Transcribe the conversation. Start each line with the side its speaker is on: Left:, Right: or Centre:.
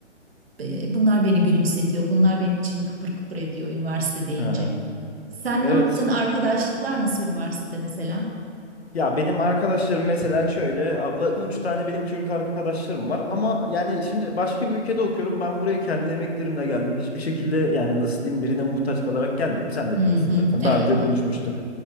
Right: e, e, bunlar beni gülümsetiyor. Bunlar benim içimi kıpır kıpır ediyor üniversite deyince.
Left: Hı hı.
Right: Sen
Left: Evet.
Right: ne yaptın? Arkadaşlıklar nasıl üniversitede mesela?
Left: Ya benim arkadaşlarım mesela şöyle abla 3 tane benim Türk arkadaşlarım var ama yani şimdi başka bir ülkede okuyorum ben buraya kendi emeklerimle geldim hiçbir şekilde yani nasıl diyeyim birine muhtaç kalarak gelmedim sen de
Right: Hı
Left: biliyorsun
Right: hı,
Left: zaten
Right: evet.
Left: daha önce konuşmuştuk.
Right: evet.